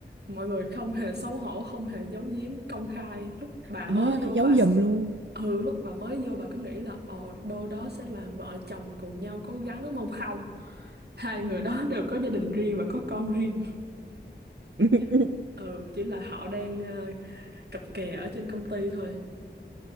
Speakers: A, on the right; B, on the right.
A: mọi người không hề xấu hổ không hề giấu giếm công khai lúc bà
B: ờ,
A: mới vô
B: giấu
A: bà s-
B: giùm luôn
A: ừ lúc bà mới vô bà cứ nghĩ là ờ đôi đó sẽ là vợ chồng cùng nhau cố gắng đúng không không hai người đó <laughs> đều có gia đình riêng và có con riêng
B: <laughs>
A: chỉ, ừ chỉ là họ đang ờ, cặp kè ở trên công ty thôi